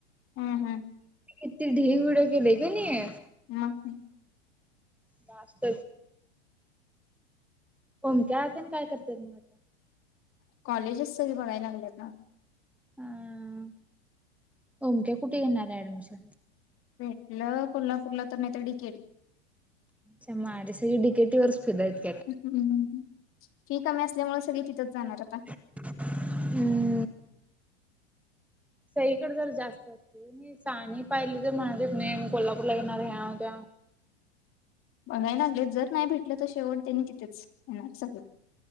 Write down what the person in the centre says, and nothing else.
किती ढीग व्हिडिओ केले की नाही
नास्त ओमक्या आणि काय करतय मग
ह मक्या कुठे येणार आहे ऍडमिशन
च मारीे सग डिकेटी वर्स प
हम् सईकडे जर जास्त असते साणी पाहिली तर म्हणाते मेम कोल्हापूरला येणार ह्यात्या